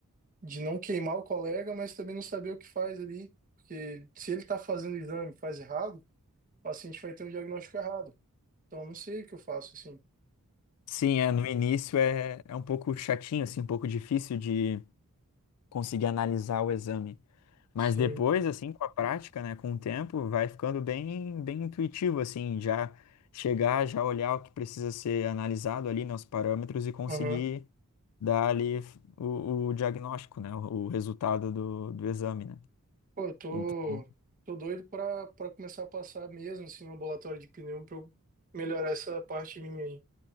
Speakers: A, on the right; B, on the left.
A: de não queimar o colega, mas também não saber o que faz ali, porque se ele está fazendo o exame e faz errado, o paciente vai ter um diagnóstico errado. Então eu não sei o que eu faço assim.
B: Sim, é, no início é, é um pouco chatinho, assim, um pouco difícil de conseguir analisar o exame. Mas
A: Sim.
B: depois, assim, com a prática, né, com o tempo, vai ficando bem, bem intuitivo, assim, já chegar, já olhar o que precisa ser analisado ali, né, os parâmetros e conseguir
A: Aham.
B: dar ali o, o diagnóstico, né, o, o resultado do, do exame, né?
A: Pô, eu tô,
B: Então,
A: tô doido pra, pra começar a passar mesmo assim no ambulatório de pneu pra eu melhorar essa parte minha aí.